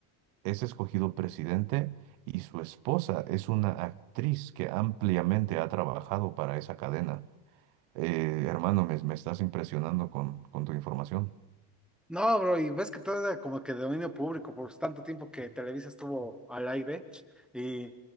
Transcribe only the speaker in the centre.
No, bro, y ves que todo era como que de dominio público por tanto tiempo que Televisa estuvo al aire. Y